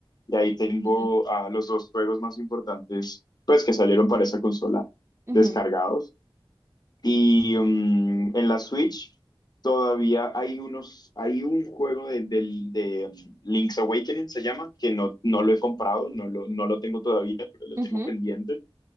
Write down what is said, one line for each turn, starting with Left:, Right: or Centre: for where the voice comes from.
Left: y ahí tengo
Right: Ujú,
Left: a los dos juegos más importantes pues que salieron para esa consola
Right: ujú,
Left: descargados y mm, en la Switch todavía hay unos hay un juego de, del- de, mm, Link's Awakening se llama que no, no lo he comprado, no lo, no lo tengo todavía, pero lo
Right: ujú.
Left: tengo pendiente